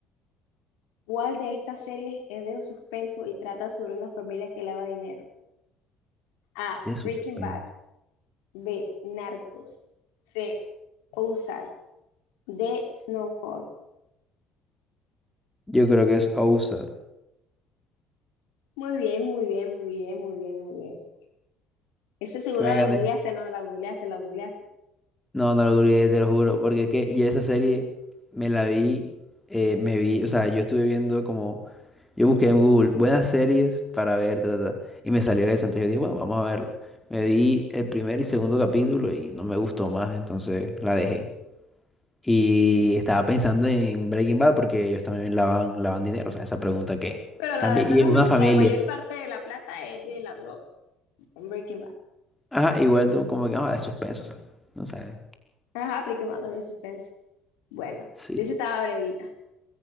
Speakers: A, on the left; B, in the centre.
A: ¿Cuál de estas series es de suspenso y trata sobre una familia que lava dinero? A.
B: De suspenso.
A: Breaking Bad. B. Narcos. C. Ozark. D. Snowfall.
B: Yo creo que es OSAD.
A: Muy bien, muy bien, muy bien, muy bien, muy bien. Ese seguro
B: Que me
A: la
B: gané.
A: googleaste, no, la googleaste, la googleaste.
B: No, no lo olvidé, te lo juro. Porque es que yo esa serie me la vi, eh, me vi, o sea, yo estuve viendo como, yo busqué en Google buenas series para ver, ta, ta, ta, y me salió esa. Entonces yo dije, bueno, vamos a verla. Me vi el primer y segundo capítulo y no me gustó más, entonces la dejé. Y estaba pensando en Breaking Bad porque ellos también lavan, lavan dinero, o sea, esa pregunta que
A: Pero la
B: también,
A: verdad,
B: y
A: la,
B: es una
A: may-
B: familia.
A: la mayor parte de la plata es de la droga. En Breaking Bad.
B: Ajá, igual tú como que, ah, de suspenso, o sea, no sé,
A: Ajá, Breaking Bad de suspense. Bueno,
B: sí,
A: dice estaba brevita.